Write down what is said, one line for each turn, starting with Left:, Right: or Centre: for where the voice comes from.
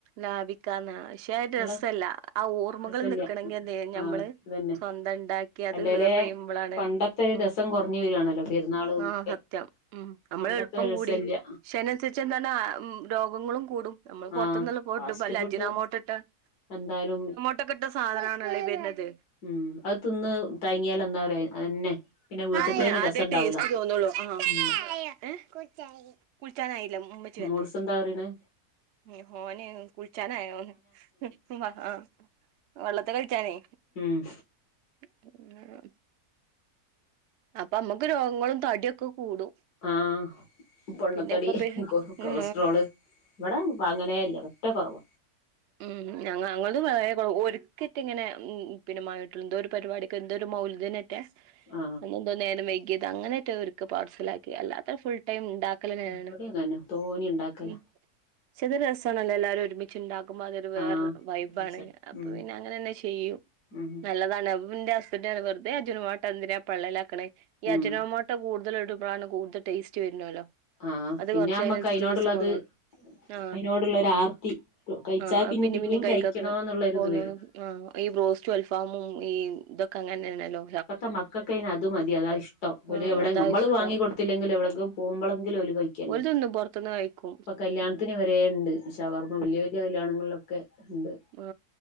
Right: ലാഭിക്കാന്ന പക്ഷെ അത്
Left: ങ്ങള്
Right: രസല്ല ആ ഓർമ്മകള്
Left: രസല്ല
Right: നിക്കണെങ്കി എന്തയ്യ ഞമ്മള്
Left: ആഹ് അതന്നെ
Right: സ്വന്തം ഇണ്ടാക്കി അത്
Left: അല്ലേലേ
Right: സെർവ് ചെയ്യുമ്പളാണ്
Left: പണ്ടത്തെ ഒരു
Right: ഉം
Left: രസം കുറഞ്ഞു വരിയാണല്ലോ പെരുന്നാള്
Right: ആ
Left: ഒക്കെ
Right: സത്യം ഉം നമ്മള്
Left: പണ്ടത്തെ
Right: എൾപ്പം
Left: ഒരു രസല്ല
Right: കൂടി പക്ഷേ അയിനൻസര്ച്ച് എന്താണ് രോഗങ്ങളും കൂടും നമ്മള് പോർത്ത്ന്ന്ള്ള
Left: ആഹ്
Right: ഫുഡും
Left: ഫാസ്റ്റ്
Right: വല്ല
Left: ഫുഡ്
Right: അജിറാമോട്ടട്ടാണ്ട്
Left: എന്തായാലും
Right: ക്കട്ട സാധനാണ്ള്ളെ ഈ വര്നത്
Left: ഉം അത് തിന്ന് തയങ്ങിയാൽ എന്താ പറയാ അതന്നെ പിന്നെ വീട്ടത്തേന്
Right: അതന്ന അതെ
Left: രസം ഉണ്ടാവൂല
Right: ടേസ്റ്റ് തോന്നോള്ളു ആ
Left: ഉം
Right: ഏ കുൾച്ചാനായില്ല ഉം ഉമ്മച്ചി വര്ട്ടെ
Left: മോൾസ് എന്താ പറയണേ
Right: ഉം മോന് കുൾച്ചാനാഴിണോന്ന് ഉം <unintelligible> വള്ളത്ത് കൾച്ചാനേ
Left: ഉം
Right: <unintelligible> അപ്പം അമ്മക്ക് രോഗങ്ങളും തടി ഒക്ക കൂടും
Left: ആ പൊണ്ണത്തടി
Right: പിന്നെ ഇപ്പൊ പെ
Left: കൊ കൊളസ്ട്രോള്
Right: ഉം
Left: ഇവടെ വാങ്ങലെ ഇല്ല പറ്റ കോറവ
Right: ഉം ഞങ്ങ അങ്ങൾതും വേ - ഒര്ക്കറ്റെ ഇങ്ങനെ ഉം പിന്നെ മാങ്ങീട്ടോള്ളൂ എന്തോ ഒരു പരിവാടിക്കൊ എന്തോ ഒരു മൗല്തിനെറ്റെ
Left: ആ
Right: എന്തോ നേരം വെകിയത് അങ്ങനെറ്റെ ഒര്ക്കെ പാർസൽ ആക്കി അല്ലാത്ത ഫുൾ ടൈം ഇണ്ട- ക്കലെന്നെണ്
Left: ഇവിടേം തന്നെ തോനെ ഉണ്ടാക്കല
Right: ഉം ചത് രസാണല്ലോ എല്ലാരു ഒരുമി ച് ഇണ്ടാക്കുമ്പ അതൊരു വേറെ
Left: ആഹ്
Right: വൈബാണ്
Left: മനസ്സിലായി
Right: അപ്പൊ
Left: ഉം
Right: പിന്നെ അങ്ങനെന്നെ ചെയ്യും
Left: ഉം
Right: നല്ലതാണ് അപ്പോ ഇന്റെ ഹസ്ബൻഡ് പറിം വെർതെ അജ്നമൊട്ട എന്തിനാ പള്ളെലാക്ക്ണേ ഈ
Left: ഉം
Right: അജ്നോമൊ ട്ട കൂടുതൽ ഇടുമ്പളാണ് കൂടുതൽ ടേസ്റ്റ് വര്നോലോ
Left: ആഹ്
Right: അത്
Left: പിന്നെ
Right: കൊർച്ച്‌
Left: നമ്മക്ക്
Right: അഴിനൻസര്ച്ച്
Left: അയിനോടുള്ളത്
Right: രസം കൊ ആ
Left: അയിനോടുള്ള ഒരു ആർത്തി കഴിച്ചാ
Right: ആ അത്
Left: പിന്നെ
Right: പിന്നിം
Left: പിന്നെയും
Right: പിന്നിം കഴിക്കാം
Left: കഴിക്കണോന്നുള്ളൊരിത്
Right: തൊ തോന്ന്ണത്
Left: വരും
Right: ആ ഈ ബ്രോസ്റ്റും അൽഫാമും ഈ ഇതൊക്ക അങ്ങൻനെണല്ലോ
Left: ഇപ്പത്തെ മക്കക്ക് അയിന് അത് മതി അതാ ഇഷ്ടം ഓലെ
Right: ആഹ്
Left: എവ്ടെ
Right: അതാ
Left: നമ്മള്
Right: ഇഷ്ടം
Left: വാങ്ങി കൊട് ത്തില്ലെങ്കിലും എവടക്ക് പോവുമ്പളങ്കിലും ഓല് കഴി ക്ക്യല്ലോ
Right: ഓല് തിന്നും പൊറത്ത്ന്ന് കഴിക്കും
Left: ഇപ്പ കല്ല്യാൺത്തിന് വരെ ഇണ്ട് ഷവർമ വല്ല്യ വല്ല്യ കല്യാണങ്ങൾലോ ക്കെ ഇണ്ട്
Right: ആ